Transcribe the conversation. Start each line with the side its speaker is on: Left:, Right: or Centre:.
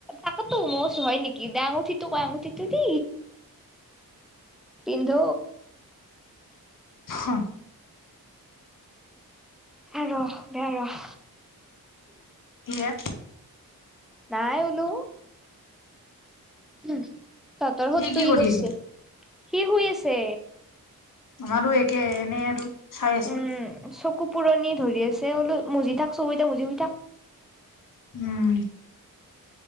Centre: তাকতো মই হয় নেকি দা আঙুঠিতো কয় আঙুঠিত দি পিন্ধু
Left: হা
Centre: বেয়া ৰহ ৰহ
Left: কিহে
Centre: নাই বোলো উম ততৰ সতটো
Left: সি
Centre: কি
Left: কৰি
Centre: কৰিছে
Left: আছে
Centre: সি শুই আছে
Left: আমাৰো একে এনে আৰু চাই আছো
Centre: উম চকু পুৰণি ধৰি আছে বোলো মুজি থাক চকু কেইতা মুদি থাক
Left: উম